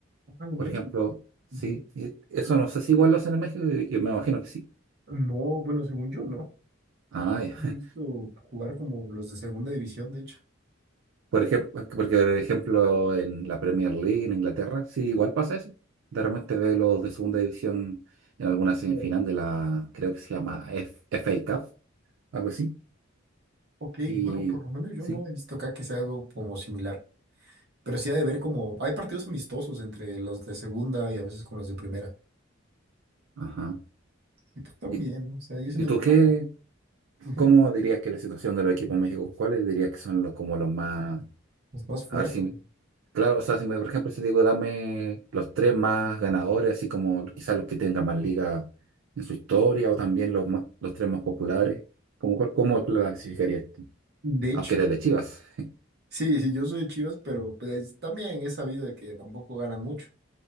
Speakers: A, on the right; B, on the right.
A: Ah, no
B: Por
A: manches.
B: ejemplo, sí,
A: Ujú.
B: y eso no sé si igual lo hacen en México, yo yo me imagino que sí.
A: No, bueno, según yo no.
B: Ah, ya.
A: No he visto jugar como los de segunda división, de hecho.
B: Por ejemplo, porque por ejemplo en la Premier League en Inglaterra, sí, igual pasa eso. De repente ve los de segunda división en alguna semifinal
A: Bueno,
B: de
A: pues,
B: la, creo que se llama F- FA Cup, algo así.
A: Ok,
B: Y
A: bueno, por lo menos yo
B: sí,
A: no he visto acá que sea algo como similar. Pero sí ha de ver como, hay partidos amistosos entre los de segunda y a veces con los de primera.
B: ajá.
A: Y tú también,
B: ¿Y,
A: o sea, yo siento
B: y tú
A: que está
B: qué,
A: más, ujú,
B: cómo dirías que la situación de los equipos en México? ¿Cuáles dirías que son los como los más,
A: es más fuerte.
B: a ver si Claro, o sea, si me, por ejemplo, si te digo, dame los tres más ganadores, así como quizás los que tengan más ligas en su historia, o también los más, los tres más populares, ¿cómo, cuál- cómo lo clasificarías tú?
A: De hecho,
B: Aunque eres de Chivas. <laughs>
A: sí, sí, yo soy de Chivas, pero pues también he sabido de que tampoco ganan mucho.